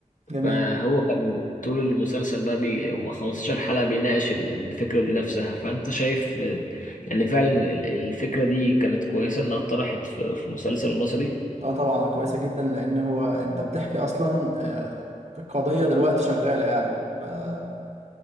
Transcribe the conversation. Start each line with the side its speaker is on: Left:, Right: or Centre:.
Right: جميل
Left: فهو كان طول المسلسل بقى بي هم 15 حلقة بيناقش ال- الفكرة دي نفسها فأنت شايف آه، إن فعلا ال- الفكرة دي كانت كويسة إنها اتطرحت في في مسلسل مصري
Right: اه طبعا كويسه جدا لان هو انت بتحكي اصلا آه، القضيه دلوقتي شغاله يعني ف <laughs>